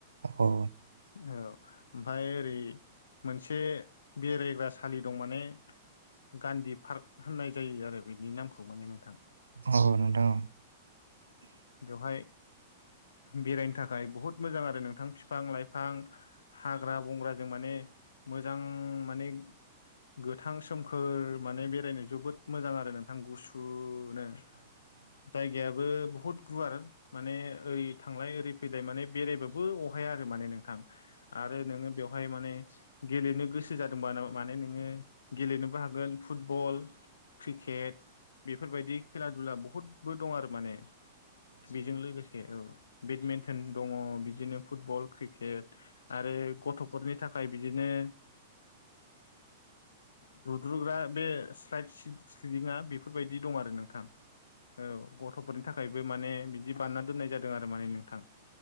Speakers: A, on the right; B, on the left.
A: औ।
B: औ ओमफ्राय ओरै मोनसे बेरायग्रा सालि दं माने गान्धी पार्क होननाय जायो आरो बेनि नामखौ माने नों
A: औ नोंथां ओ
B: बेवहाय बेरायनो थाखाय बहुद मोजां आरो नों <unintelligible> फिफां - लाइफां हाग्रा बंग्राजों माने मोजां माने गोथां सोमखोर माने बेरायनो जोबोद मोजां आरो नोंथां गुसु <unintelligible> जायगायाबो बहुत गुवार माने ओरै थांलाय ओरै <unintelligible> फैलाय माने बेरायबाबो अहाया आरो माने नोंथां आरो नोङो बेवहाय माने गेलेनो गोसो जादोंबा माने नोङो गेलेनोबो हागोन फुटबल क्रिकेट बेफोरबायदि खेला दुला बहुदबो दं आरो माने बेजों लोगोसे औ। बेडमिन्टन दङ बिदिनो फुटबल, क्रिकेट आरो गथ' न'खरनि थाखाय बिदिनो दुद्रुग्रा बे साल्ब सदिं आ बेफोर बेफोरबायदि दं आरो नोंथां औ गथ' फोरनि थाखायबो माने बिदि बानायना दोननाय जादों आरो माने नोंथां